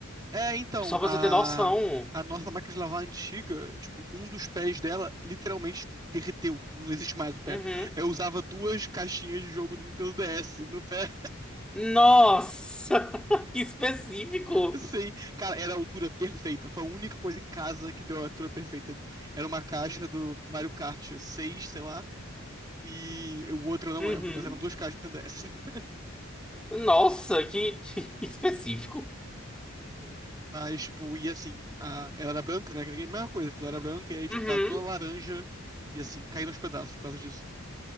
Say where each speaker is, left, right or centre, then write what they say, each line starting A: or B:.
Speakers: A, on the right; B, in the centre.
A: É, então,
B: Só pra
A: a,
B: você ter noção.
A: a nossa máquina de lavar antiga, tipo, um dos pés dela literalmente, tipo, derreteu. Não existe mais o pé.
B: Uhum.
A: Eu usava duas caixinhas de jogo do Nintendo DS no pé.
B: Nossa! <laughs> Que específico!
A: Sim, cara, era a altura perfeita. Foi a única coisa em casa que deu a altura perfeita. Era uma caixa do Mario Kart 6 sei lá, e o outro eu não
B: Uhum.
A: lembro, mas eram duas caixas do Nintendo DS.
B: Nossa, que, que específico.
A: <laughs> Mas, tipo, e assim, a... ela era branca, né? Que era A mesma coisa, tipo, ela era branca, e aí, tipo,
B: Uhum.
A: tava toda laranja, e assim, caindo aos pedaços por causa disso.